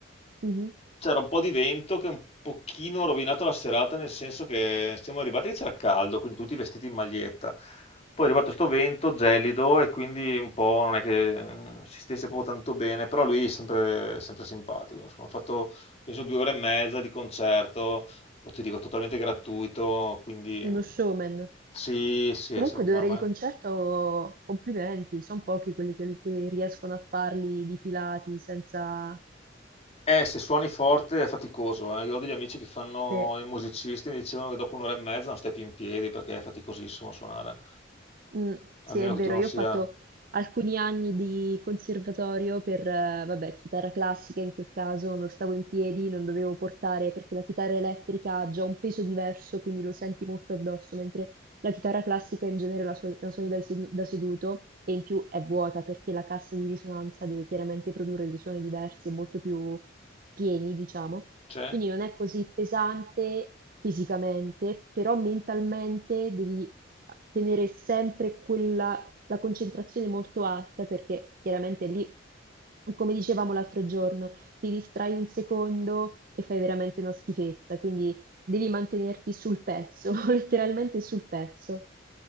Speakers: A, on the right; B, on the left.
A: Mh-mh.
B: C'era un po' di vento che un pochino ha rovinato la serata nel senso che siamo arrivati che c'era caldo, quindi tutti vestiti in maglietta. Poi è arrivato sto vento gelido e quindi un po' non è che mh, si stesse proprio tanto bene, però lui è sempre, sempre simpatico. Insomma, ho fatto penso due ore e mezza di concerto o ti dico totalmente gratuito, quindi mh,
A: Uno showman.
B: sì, sì,
A: Comunque
B: è sor-
A: 2
B: ma-
A: ore
B: ma-
A: di concerto, complimenti, son pochi quelli che che riescono a farli di filati senza
B: eh, se suoni forte è faticoso, eh. Io ho degli amici che fanno
A: sì.
B: i musicisti, mi dicevano che dopo un'ora e mezza non stai più in piedi perché è faticosissimo suonare,
A: Mm, sì,
B: a meno
A: è
B: che
A: vero,
B: tu non
A: io
B: sia...
A: ho fatto alcuni anni di conservatorio per, eh, vabbè, chitarra classica in quel caso, non stavo in piedi, non dovevo portare perché la chitarra elettrica ha già un peso diverso, quindi lo senti molto addosso, mentre la chitarra classica in genere la, suo- la suoni dal sedu- da seduto e in più è vuota perché la cassa di risonanza deve chiaramente produrre dei suoni diversi e molto più pieni, diciamo.
B: c'è?
A: Quindi non è così pesante fisicamente, però mentalmente devi tenere sempre quella, la concentrazione molto alta perché chiaramente lì, come dicevamo l'altro giorno, ti distrai un secondo e fai veramente una schifezza, quindi devi mantenerti sul pezzo, <laughs> letteralmente sul pezzo.